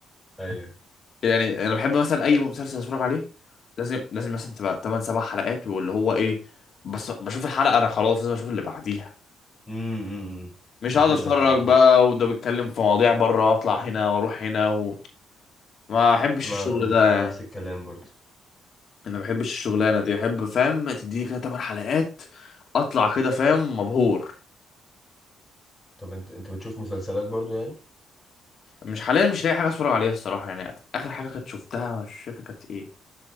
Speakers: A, in the centre; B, on the left.
A: ايوه
B: يعني انا بحب مثلا اي مسلسل اتفرج عليه لازم لازم مثلا تبقى 8 7 حلقات واللي هو ايه بس بشوف الحلقه انا خلاص لازم اشوف اللي بعديها
A: امم أمم.
B: مش
A: يشدك
B: هقعد اتفرج
A: على طول
B: بقى وده بيتكلم في مواضيع بره واطلع هنا واروح هنا و... ما احبش
A: ما
B: الشغل
A: انا
B: ده
A: أنا نفس الكلام برضه
B: انا ما بحبش الشغلانه دي احب فاهم تديني كده 8 حلقات اطلع كده فاهم مبهور
A: طب انت انت بتشوف مسلسلات برضه يعني
B: مش حاليا مش لاقي حاجه اتفرج عليها الصراحه يعني اخر حاجه كنت شفتها مش فاكر كانت ايه